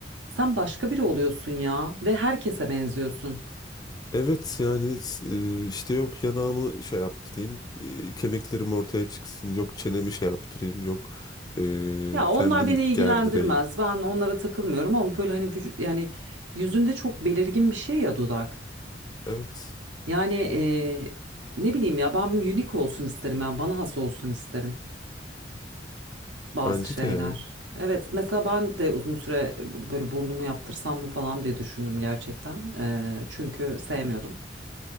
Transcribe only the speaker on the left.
Evet yani e, işte yok yanağımı şey yaptırayım, e, kemiklerim ortaya çıksın, yok çenemi şey yaptırayım, yok e,
kendimi
gerdireyim.
Evet
bence
de yani.